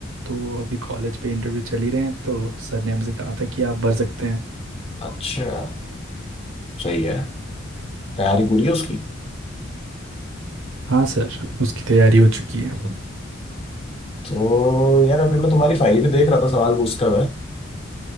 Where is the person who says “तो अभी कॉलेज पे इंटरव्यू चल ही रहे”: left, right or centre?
Right